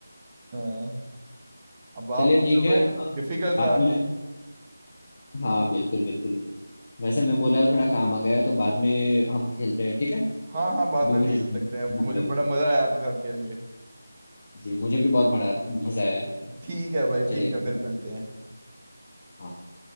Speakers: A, on the right; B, on the left.
A: हाँ अब आप
B: चलिए
A: मुझसे
B: ठीक है
A: कोई
B: बाद
A: डिफिकल्ट सा
B: में हाँ बिल्कुल बिल्कुल वैसे मैं बोला थोड़ा काम आ गया है तो बाद में हम खेलते हैं ठीक है
A: हाँ हाँ बाद
B: अभी
A: में भी
B: मुझे
A: खेल
B: जाना
A: सकते हैं मुझे
B: पड़ेगा
A: बड़ा मजा आया आपके साथ खेल के
B: जी मुझे भी बहुत मजा मजा आया
A: ठीक है भाई
B: चलिए
A: ठीक
B: मिल
A: है फिर
B: जाएगा
A: मिलते हैं
B: हाँ